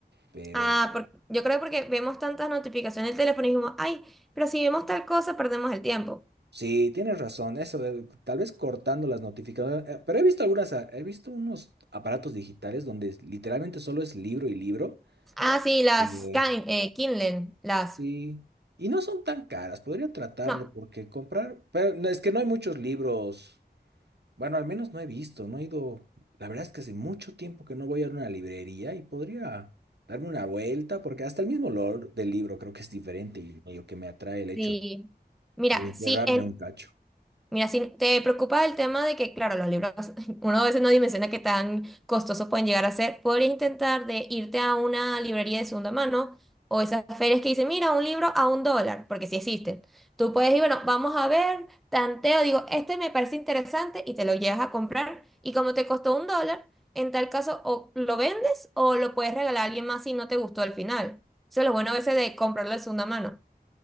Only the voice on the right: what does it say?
Pero
sí, tienes razón, eso, de- tal vez cortando las notificaciones. eh, Pero he visto algunas, ah, he visto unos aparatos digitales donde literalmente solo es libro y libro.
Eh,
sí. Y no son tan caras, podría tratarlo
porque comprar, pero no, es que no hay muchos libros, bueno, al menos no he visto, no he ido, la verdad es que hace mucho tiempo que no voy a una librería y podría darme una vuelta porque hasta el mismo olor del libro creo que es diferente y medio que me atrae el hecho
de encerrarme
un cacho.